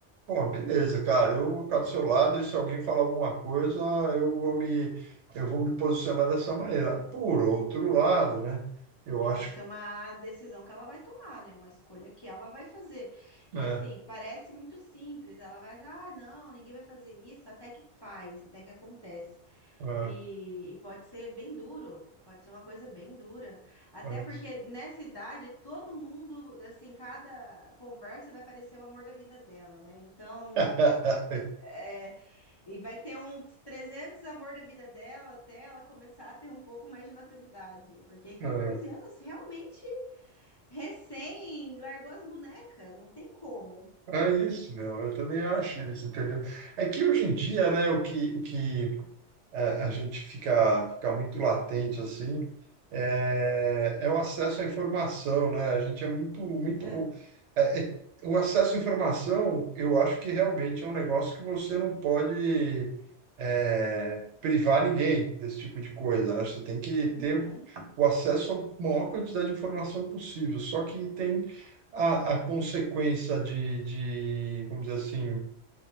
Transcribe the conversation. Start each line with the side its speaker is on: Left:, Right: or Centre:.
Right: Pô, beleza, cara. Eu vou ficar do seu lado e se alguém falar alguma coisa, eu vou me, eu vou me posicionar dessa maneira. Por outro lado, né? Eu
Left: é,
Right: acho,
Left: vai ser uma decisão que ela vai tomar, né? Uma escolha que ela vai fazer.
Right: né?
Left: E assim, parece muito simples. Ela vai, ah, não, ninguém vai fazer isso, até que faz, até que acontece.
Right: ah,
Left: E, e pode ser bem duro, pode ser uma coisa bem dura. Até
Right: mas-
Left: porque nessa idade, todo mundo, assim, cada conversa vai parecer o amor da vida dela, né? Então,
Right: Ah,
Left: é, e vai ter uns 300 amor da vida dela até ela começar a ter um pouco mais de maturidade. Porque 14
Right: <laughs> É
Left: anos, realmente, recém, largou as bonecas, não tem como.
Right: é isso, meu. Eu também acho isso, entendeu? É que hoje em dia, né? O que, o que a, a gente fica, fica muito latente assim, é, é o acesso à informação, né? A gente é muito, muito.
Left: É,
Right: é- é- o acesso à informação, eu acho que realmente é um negócio que você não pode é, privar ninguém desse tipo de coisa, né? Você tem que
Left: uhum.
Right: ter o acesso à maior quantidade de informação possível. Só que tem a, a consequência de, de, vamos dizer assim,